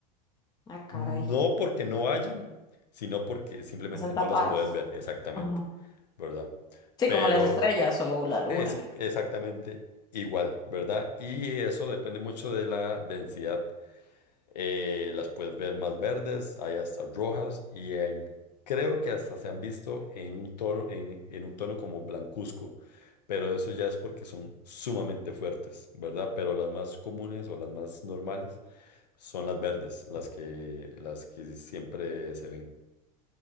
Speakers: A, on the left; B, on the left.
A: Ah, caray.
B: No porque no hayan, sino porque simplemente
A: Están
B: no
A: tapadas.
B: las puedes ver exactamente,
A: Ajá.
B: ¿verdad?
A: Sí,
B: Pero
A: como las estrellas o la luna
B: eh, sí,
A: que...
B: exactamente igual, ¿verdad? Y eso depende mucho de la densidad. Eh, las puedes ver más verdes, hay hasta rojas y en- creo que hasta se han visto en un tono, en, en un tono como blancuzco, pero eso ya es porque son sumamente fuertes, ¿verdad? Pero las más comunes o las más normales son las verdes, las que, las que siempre se ven.